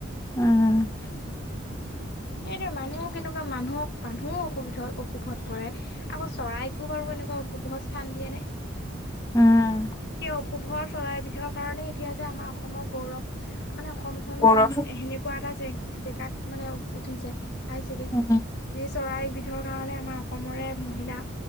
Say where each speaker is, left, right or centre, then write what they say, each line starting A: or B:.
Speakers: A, on the left; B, on the left.
A: উম
B: এইটো মানুহ কেনেকুৱা মানুহক মানুহও অসুবিধ অশুভত পৰে আকৌ চৰাইকো বাৰু এনেকুৱা অশুভ স্থান দিয়ে নে।
A: উম
B: সেই অশুভ চৰাইবিধৰ কাৰণে এতিয়া যে আমাৰ অসমৰ গৌৰৱ। মানে অসমখন
A: গৌৰৱ
B: সেনেকুৱা এটাে জে জেগাত মানে উঠিছে পাইছেগে।
A: উম
B: যি চৰাইবিধৰ কাৰণে আমাৰ অসমৰে মহিলা